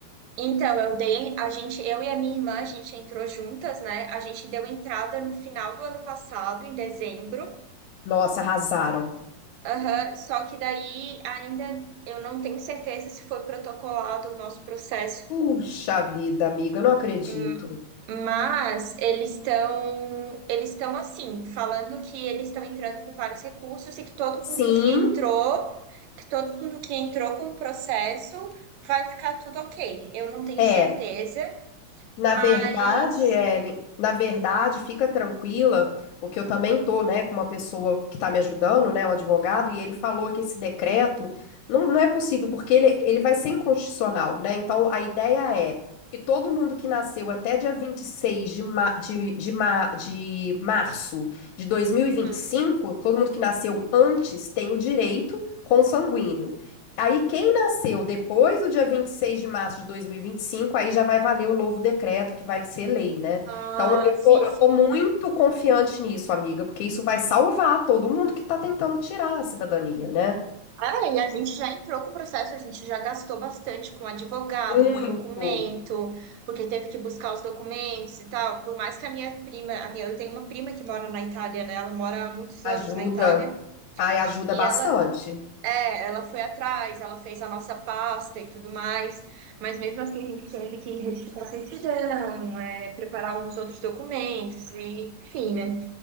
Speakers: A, on the right (about 75°); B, on the left (about 80°).
A: então eu dei, a gente, eu e a minha irmã, a gente entrou juntas, né? A gente deu entrada no final do ano passado, em dezembro.
B: Nossa, arrasaram.
A: Aham, Só que daí ainda eu não tenho certeza se foi protocolado o nosso processo,
B: Puxa vida, amiga, não acredito.
A: hum, mas eles estão eles estão assim, falando que eles estão entrando com vários recursos e que todo
B: Sim,
A: mundo que entrou, que todo mundo que entrou com o processo vai ficar tudo ok. Eu não tenho
B: é.
A: certeza,
B: Na
A: mas
B: verdade, Ellen, na verdade, fica tranquila, porque eu também tô, né, com uma pessoa que está me ajudando, né, um advogado, e ele falou que esse decreto não, não é possível, porque ele, ele vai ser inconstitucional, né? Então, a ideia
A: Uhum,
B: é que todo mundo que nasceu até dia 26 de, ma de, de, ma de março de dois mil
A: uhum.
B: e e vinte e cinco, todo mundo que nasceu antes tem o direito consanguíneo. Aí, quem nasceu depois do dia 26 de março de dois mil e e vinte e cinco, aí já vai valer o novo decreto, que vai ser lei, né?
A: Ah,
B: Então, eu
A: sim,
B: tô, eu
A: sim.
B: tô muito confiante nisso, amiga, porque isso vai salvar todo mundo que tá tentando tirar a cidadania, né?
A: Ah, e a gente já entrou com o processo, a gente já gastou bastante com advogado,
B: Muito.
A: com documento, porque teve que buscar os documentos e tal. Por mais que a minha prima, a minha, eu tenho uma prima que mora na Itália, né? Ela mora há muitos
B: Ajuda.
A: anos na Itália
B: Ai, ajuda
A: e
B: bastante.
A: ela, é, ela foi atrás, ela fez a nossa pasta e tudo mais, mas mesmo assim a gente teve que retificar a certidão, é, preparar alguns outros documentos, e, enfim, né?